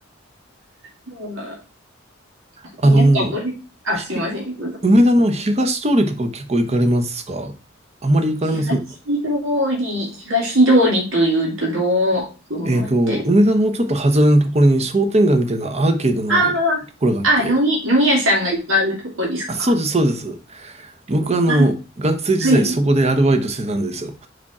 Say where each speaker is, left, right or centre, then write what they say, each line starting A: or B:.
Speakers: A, on the right; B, on the right.
A: うん田舎ぶり、
B: あの、
A: あ、
B: ひ、
A: すいません。どうぞ
B: 梅田の東通りとか結構行かれますかあまり行かれませんか
A: 東通り、東通りというと、どう、どのあたり
B: えっと、梅田のちょっと外れのところに商店街みたいなアーケードのあるところがあって。
A: あああ、飲み、飲み屋さんがいっぱいあるとこですか
B: あ、そうです、そうです。僕あの、
A: あ
B: 学生時代そこでアルバイトしてたんですよ。
A: はい。